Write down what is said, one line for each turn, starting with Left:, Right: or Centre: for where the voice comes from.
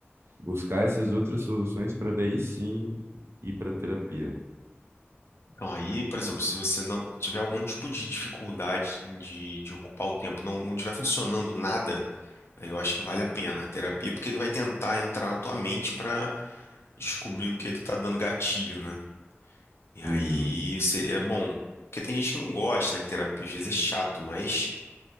Right: Buscar essas outras soluções para daí sim ir para terapia.
Left: Então, aí, por exemplo, se você não tiver algum tipo de dificuldade de, de ocupar o tempo, não, não tiver funcionando nada, aí eu acho que vale a pena a terapia, porque ele vai tentar entrar na tua mente para descobrir o que é que tá dando gatilho, né? E aí
Right: Uhum,
Left: seria bom. Porque tem gente que não gosta, né? Que terapia às vezes é chato, mas.